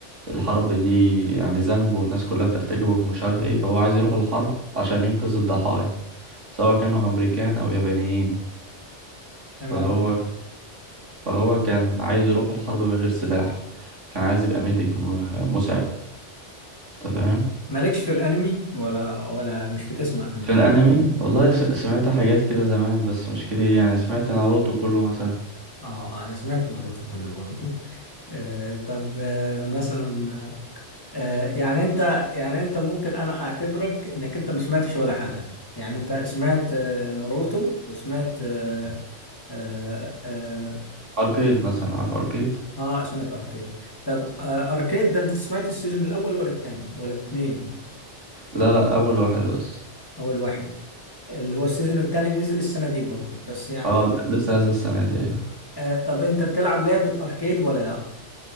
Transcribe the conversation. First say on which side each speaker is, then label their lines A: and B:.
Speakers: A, on the right; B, on the left.
A: الحرب دي يعني ذنب والناس كلها بترتكبه ومش عارف ايه فهو عايز يروح الحرب عشان ينقذ الضحايا سواء كانوا أمريكان أو يابانيين
B: تمام
A: فهو ك- فهو كان عايز يروح الحرب من غير سلاح كان عايز يبقى ميديك م- مساعد أنت فاهم
B: مالكش في الانمي ولا ولا مش بتسمع انمي
A: في الانمي والله س- سمعت حاجات كده زمان بس مش كتير يعني سمعت ناروتو كله مثلا
B: اه آه، انا سمعت ناروتو كله برضه آه طب آه مثلا آه يعني انت يعني انت ممكن انا اعتبرك انك انت ما سمعتش ولا حاجه يعني انت سمعت آه ناروتو وسمعت اه اه, آه,
A: اركيد مثلا عارف اركيد
B: آه سمعت اركيد طب آه اركيد ده انت سمعت السيزون الاول ولا الثاني ولا الاثنين
A: لا لا اول واحد بس
B: اول واحد اللي هو السيزون الثاني نزل السنه دي برضه بس يعني
A: اه ل- لسه نازل السنه دي ايوه
B: آه طب انت بتلعب لعبة اركيد ولا لا؟